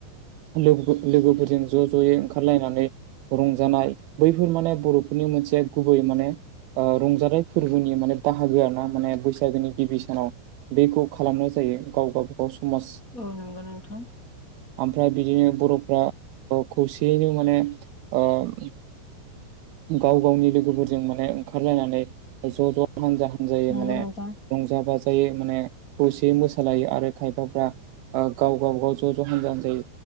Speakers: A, on the right; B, on the left.
A: लोगोफो लोगोफोरजों ज' ज'यै ओंखारलायनानै रंजानाय बैफोर माने बर'फोरनि मोनसे गुबै माने ओ रंजाथाय फोरबोनि माने बाहागोआरोना माने बैसागोनि गिबि सानाव। बेखौ खालामनाय जायो गावबागाव समास।
B: औ नंगौ नोंथां।
A: ओमफ्राय बिदिनो बर'फ्रा औ खौसेयैनो माने ओयो। गाव गावनि लोगोफोरजों माने ओंखारलायनानै ज' ज' हान्जा हान्जायै
B: नंगौ
A: माने।
B: नोंथां
A: रंजा बाजायै माने खौसेयै मोसालायो आरो खायफ्राफ्रा। ओ गाव गाव गाव ज' ज' हान्जा हानजायै।